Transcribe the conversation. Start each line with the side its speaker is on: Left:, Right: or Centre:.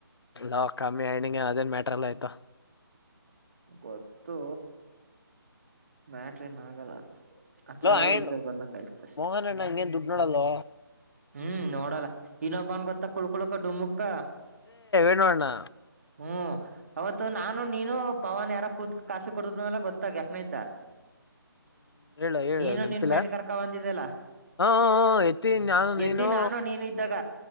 Left: ಲಾ ಕಮ್ಮಿ ಆಐನಂಗ ಏನ್ ಅದೇನ್ ಮ್ಯಾಟರ್ಲ್ಲ ಆಯ್ತಾ
Right: ಗೊತ್ತು ಮ್ಯಾಟ್ರ ನ್ ಆಗಲ್ಲ ಅಚ್ಚರ್
Left: ಹಲೋ ಆಯಣ್ಣ
Right: ಹೋಗಿ ಇಚ್ಚರ್ ಬಂದಂಗ ಆಯ್ತ ಅಷ್ಟೆ
Left: ಮೋಹನ್ ಅಣ್ಣ ಹಂಗ ಏನ್ ದುಡ್ಡು ನೋಡಲ್ವಾ
Right: ಹ್ಮ್ ನೋಡಲ್ಲ ಇನ್ನೊಬ್ಬನ್ ಗೊತ್ತ ಕುಳ್ಕೊಳಪ್ಪ ಡಮುಕ್ಕ
Left: ಣ
Right: ಹ್ಮ್ ಅವತ್ತು ನಾನು ನೀನು ಪವನ್ ಯಾರ ಕೂತ್ಕ ಕಾಫಿ ಕೊಡಲ್ಲ ಗೊತ್ತಾಗ ಯಫನ ಇದ್ದ
Left: ಹ್ಮ್ ಹೇಳ ಹೇಳ
Right: ನೀನು
Left: ನೆನಪಿಿಲ್ಲ
Right: ನಿನ್ ಫ್ರೆಂಡ್ ಕರ್ಕ ಬಂದಿದ್ದಲ್ಲ
Left: ಹಾ ಹ ಎತ್ತೀಿ ನಾನು ನೀನು
Right: ಎತ್ತಿ ನಾನು ನೀನು ಇದ್ದಾಗ